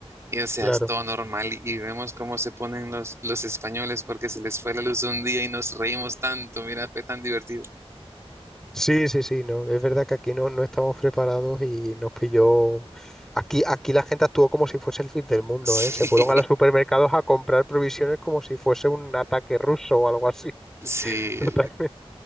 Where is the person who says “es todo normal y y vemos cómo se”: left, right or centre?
Right